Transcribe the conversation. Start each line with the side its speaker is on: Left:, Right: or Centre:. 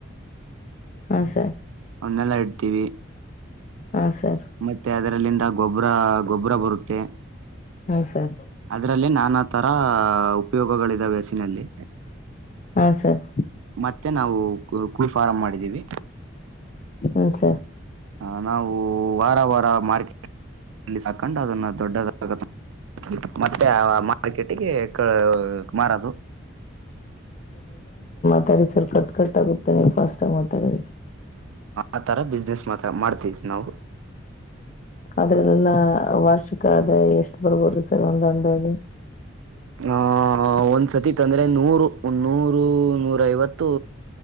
Left: ಹಾ ಸರ್
Right: ಮನ್ನೆಲ್ಲಡ್ತೀವಿ.
Left: ಹಾ ಸರ್
Right: ಮತ್ತೆ ಅದರ್ಲ್ಲಿಂದ ಬ್ರ ಗೊಬ್ರ ಬರುತ್ತೆ
Left: ಹ್ಮ್ ಸರ್
Right: ಅದರಲ್ಲಿ ನಾನಾತ್ ಹ್ಮಾ ಉಪಯೋಗಗಳಿದಾವೆ ಹಸಿನಲ್ಲಿ.
Left: ಹಾ ಸರ್
Right: ಮತ್ತೆ ನಾವ್ ಕುರ್ ಕುರ್ ಫಾರಂಮಾಡಿದಿವಿ.
Left: ಹ ಸ
Right: ಹ ನಾವು ವಾರ ವಾರ ಮಾರ್ಕೆಟ್ ಸಾಕೊಂಡು ಅದನ್ನ ದೊಡ್ಡದಾಗ್ಂ ಮತ್ತೆ ಆ ಮಾರ್ಕೆಟಿಗೆ ಕೇಳ್ ಮಾರದು <inaudible>
Left: ತ್ತಾಡಿ ಸರ್ ಕಟ್ ಕಟ್ ಆಗುತ್ತೆ ನಿನ್ಫಾಸ್ಟಾಗ್ ಮಾತಾಡ್ದ್ರ್
Right: ಆಥರ ಬಿಸ್ನೆಸ್ ಮಾತ್ರ ಮಾಡ್ತಿವ್ ನಾವು.
Left: ಅದ್ರಲ್ಲೆಲ್ಲ ವಾರ್ಷಿಕ ಆದಾಯ ಎಷ್ಟು ಬರ್ಬೋದು ಸರ್ ಒಂದಂದಾಗಿ.
Right: ಆಹ ಒಂದ್ಸತಿ ತಂದ್ರೆ ನೂರು ಒಂನೂರು ನೂರೈವತ್ತು